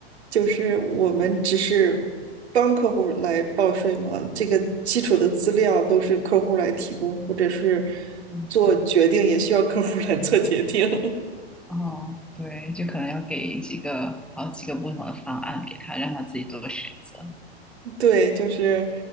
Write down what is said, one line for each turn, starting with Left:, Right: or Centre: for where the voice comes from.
Right: 就是我们只是帮客户来报税嘛，这个基础的资料都是客户来提供，或者是
Centre: 嗯，
Right: 做决定也需要客户来做决定。<laughs>
Centre: 哦，对，就可能要给几个好几个不同的方案给他，让他自己做选择。
Right: 对，就是，